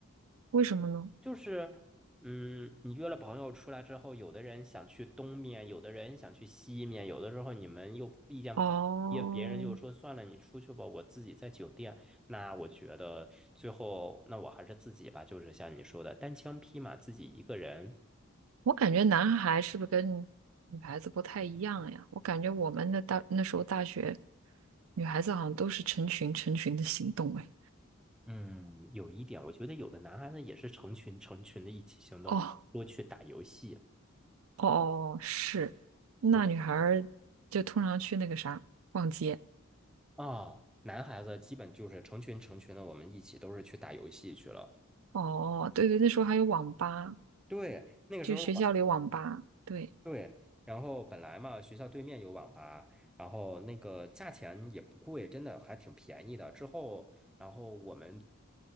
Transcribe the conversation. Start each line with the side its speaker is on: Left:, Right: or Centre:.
Right: 为什么呢？
Centre: 就是，嗯，你约了朋友出来之后，有的人想去东面，有的人想去西面，有的时候你们又意见不统一，
Right: 哦，
Centre: 别人就说算了，你出去吧，我自己在酒店。那我觉得最后，那我还是自己吧，就是像你说的，单枪匹马自己一个人。
Right: 我感觉男孩是不是跟女孩子不太一样呀？我感觉我们那大那时候大学。女孩子好像都是成群成群的行动哎。
Centre: 嗯，有一点，我觉得有的男孩子也是成群成群的一起行动，
Right: 哦
Centre: 多去打游戏。
Right: 哦哦，是，那女孩儿就通常去那个啥逛街。
Centre: 对，哦，男孩子基本就是成群成群的，我们一起都是去打游戏去了。
Right: 哦，对对，那时候还有网吧，
Centre: 对，那个时候。
Right: 就学校里有网吧。对，
Centre: 对，然后本来嘛，学校对面有网吧，然后那个价钱也不贵，真的还挺便宜的。之后，然后我们